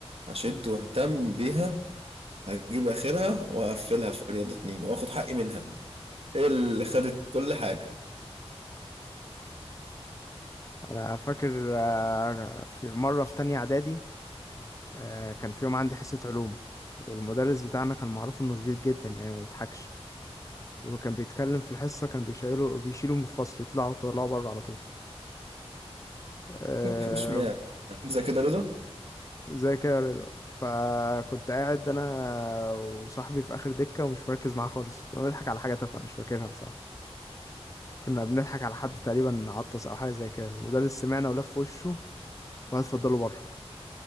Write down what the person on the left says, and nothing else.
أنا فاكر آه، في مرة في تانية إعدادي آه، كان في يوم عندي حصة علوم والمدرس بتاعنا كان معروف إنه شديد جدا يعني ما بيضحكش وكان بيتكلم في الحصة كان بيشيله بيشيله من الفصل يطلعوا طلعوا بره على طول آه،
زي كده يا رضا فكنت قاعد أنا وصاحبي في آخر دكة ومش مركز معاه خالص كنا بنضحك على حاجة تافهة مش فاكرها بصراحة كنا بنضحك على حد تقريبا عطس أو حاجة زي كده المدرس سمعنا ولف وشه وقعد اتفضلوا بره